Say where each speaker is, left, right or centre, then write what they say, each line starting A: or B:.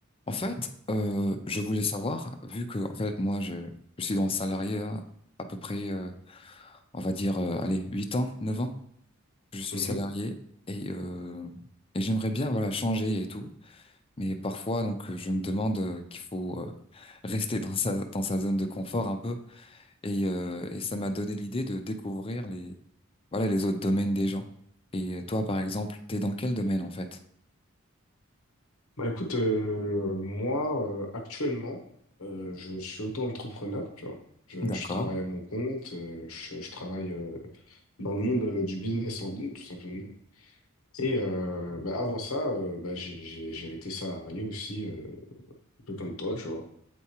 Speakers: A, on the left (about 25°); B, on the left (about 80°).
A: En fait, euh, je voulais savoir, vu que en fait moi je, je suis dans le salarié hein, à peu près, euh, on va dire, euh, allez, 8 ans, 9 ans, je suis
B: Mhm.
A: salarié et euh, et j'aimerais bien voilà changer et tout, mais parfois donc euh, je me demande euh, qu'il faut euh, <laughs> rester dans sa dans sa zone de confort un peu et euh, et ça m'a donné l'idée de découvrir les voilà les autres domaines des gens. Et toi par exemple, t'es dans quel domaine en fait?
B: Bah écoute, euh, moi euh, actuellement, euh, je suis auto-entrepreneur, tu vois. Je,
A: D'accord.
B: je travaille à mon compte, euh, je, je travaille euh, dans le monde euh, du business en ligne, tout simplement. Et euh, bah, avant ça, euh, bah, j'ai, j'ai- j'ai été salarié aussi, euh, un peu comme toi, tu vois.